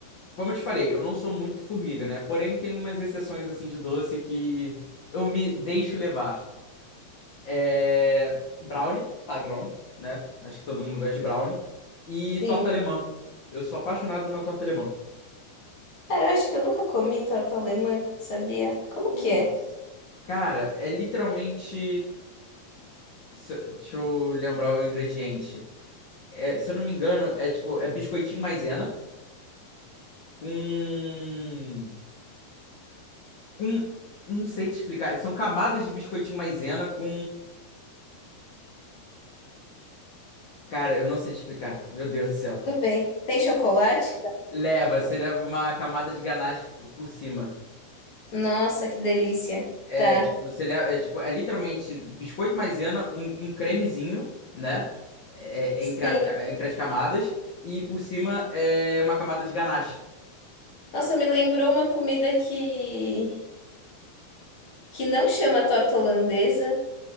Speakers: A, on the left; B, on the left.
A: como eu te falei, eu não sou muito formiga, né? Porém, tem umas exceções, assim, de doce que eu me deixo levar. É... Brownie, padrão, né? Acho que todo mundo gosta de brownie. E
B: Sim.
A: torta alemã. Eu sou apaixonado numa torta alemã.
B: Cara, eu acho que eu nunca comi torta alemã, sabia? Como
A: Putz.
B: que é?
A: Cara, é literalmente. se- Deixa eu lembrar o ingrediente. é, se eu não me engano, é tipo, é biscoitinho maisena com, com, não sei te explicar, são camadas de biscoitinho maisena com, cara, eu não sei te explicar, meu Deus do céu.
B: Tudo bem. Tem chocolate?
A: Leva, você leva uma camada de ganache por cima.
B: Nossa, que delícia.
A: É
B: Tá.
A: tipo, você leva, é, tipo, é literalmente biscoito maisena, um, um cremezinho, né? É,
B: Sim.
A: é, entre, a ca- entre as camadas e por cima é uma camada de ganache.
B: Nossa, me lembrou uma comida que, que não chama torta holandesa.